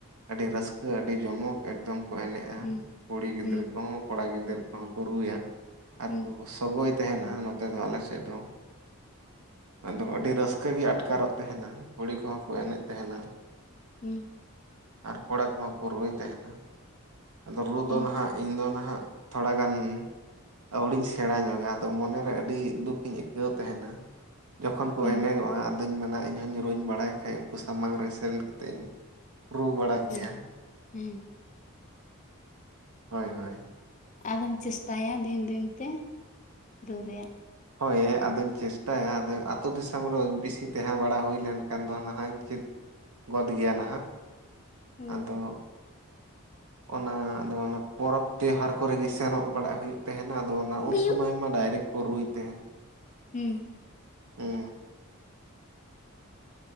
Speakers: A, on the right (about 85°); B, on the left (about 35°).
A: ᱟᱹᱰᱤ ᱨᱟᱹᱥᱠᱟᱹ ᱟᱹᱰᱤ ᱡᱚᱢᱚᱠ ᱮᱠᱫᱚᱢ ᱠᱚ ᱮᱱᱮᱡᱼᱟ
B: ᱦᱩᱸ
A: ᱠᱩᱲᱤ ᱜᱤᱫᱽᱨᱟᱹ
B: ᱦᱩᱸ
A: ᱠᱚᱦᱚᱸ ᱠᱚᱲᱟ ᱜᱤᱫᱽᱟᱹᱨᱟᱹ ᱠᱚᱦᱚᱸ ᱠᱚ ᱨᱩᱭᱟ ᱟᱨ
B: ᱦᱩᱸ
A: ᱠᱚ ᱥᱚᱜᱚᱭ ᱛᱟᱦᱮᱸᱱᱟ ᱱᱚᱛᱮ ᱫᱚ ᱟᱞᱮ ᱥᱮᱫ ᱫᱚ ᱟᱫᱚ ᱟᱹᱰᱤ ᱨᱟᱹᱥᱠᱟᱹ ᱜᱮ ᱟᱴᱠᱟᱨᱚᱜ ᱛᱟᱦᱮᱸᱱᱟ ᱠᱩᱲᱤ ᱠᱚᱦᱚᱸ ᱠᱚ ᱮᱱᱮᱡ ᱛᱟᱦᱮᱸᱱᱟ,
B: ᱦᱩᱸ᱾
A: ᱟᱨ ᱠᱚᱲᱟ ᱠᱚᱦᱚᱸ ᱠᱚ ᱨᱩᱭ ᱛᱟᱦᱮᱸᱱᱟ ᱟᱫᱚ ᱨᱩ ᱫᱚ
B: ᱚ
A: ᱱᱟᱦᱟᱸᱜ ᱤᱧᱫᱚ ᱱᱟᱦᱟᱸᱜ ᱛᱷᱚᱲᱟᱜᱟᱱ ᱟᱹᱣᱲᱤᱧ ᱥᱮᱲᱟ ᱧᱚᱜᱟ ᱟᱫᱚ ᱢᱚᱱᱮᱨᱮ ᱟᱹᱰᱤ ᱫᱩᱠ ᱤᱧ ᱟᱹᱭᱠᱟᱹᱣ ᱛᱟᱦᱮᱸᱱᱟ ᱡᱚᱠᱷᱚᱱ ᱠᱚ
B: ᱦᱩᱸ
A: ᱮᱱᱮᱡᱚᱜᱼᱟ ᱟᱫᱩᱧ ᱢᱮᱱᱟ ᱤᱧᱦᱚᱧ ᱨᱩᱧ ᱵᱟᱲᱟᱭ ᱠᱷᱟᱡ ᱩᱱᱠᱩ ᱥᱟᱢᱟᱝ ᱨᱮ ᱥᱮᱱ ᱠᱟᱛᱮᱡ ᱤᱧ ᱨᱩ ᱵᱟᱲᱟ ᱠᱮᱭᱟ
B: <unintelligible> ᱦᱮᱸ᱾
A: ᱦᱳᱭ ᱦᱳᱭ᱾
B: ᱟᱫᱚᱢ ᱪᱮᱥᱴᱟᱭᱟ ᱫᱤᱱ ᱫᱤᱱ ᱛᱮ ᱨᱩ ᱨᱮᱭᱟᱜ
A: ᱦᱳᱭ ᱟᱫᱚᱧ ᱪᱮᱥᱴᱟᱭᱟ ᱟᱫᱚ ᱟᱛᱳ ᱫᱤᱥᱚᱢ ᱨᱮ ᱵᱮᱥᱤ ᱛᱟᱦᱮᱸ ᱵᱟᱲᱟ ᱦᱩᱭ ᱞᱮᱱᱠᱷᱟᱱ ᱫᱚ ᱱᱟᱦᱟᱜᱧ ᱪᱮᱫ ᱜᱚᱫ ᱜᱮᱭᱟ ᱱᱟᱦᱟᱸᱜ,
B: ᱦᱩᱸ
A: ᱟᱫᱚ ᱚᱱᱟ ᱱᱚᱣᱟ ᱱᱚ ᱯᱚᱨᱚᱵᱽ ᱛᱮᱦᱟᱨ ᱠᱚᱨᱮᱜᱮ ᱥᱮᱱᱚᱜ ᱵᱟᱲᱟᱜ ᱦᱩᱭᱩᱜ ᱛᱟᱦᱮᱸᱱᱟ ᱟᱫᱚ ᱚᱱᱟ ᱩᱱ
B: ᱵᱤᱭᱩ
A: ᱥᱩᱚᱢᱚᱭ ᱢᱟ ᱰᱟᱭᱨᱮᱠᱴ ᱠᱚ ᱨᱩᱭ ᱛᱟᱦᱮᱱ᱾
B: ᱦᱩᱸ᱾
A: ᱦᱩᱸ᱾